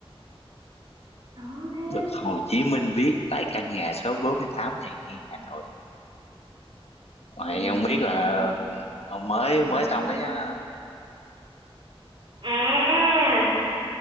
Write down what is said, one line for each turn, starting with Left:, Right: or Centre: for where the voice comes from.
Right: khó thế.
Left: Được Hồ Chí Minh viết tại căn nhà số 48 Hàng Nghiên, Hà Nội. Mày
Right: Căn
Left: không
Right: nhà
Left: biết là
Right: số 4,
Left: ờ, mới
Right: căn nhà
Left: mới
Right: số
Left: xong
Right: 4.
Left: đấy nhá.
Right: À,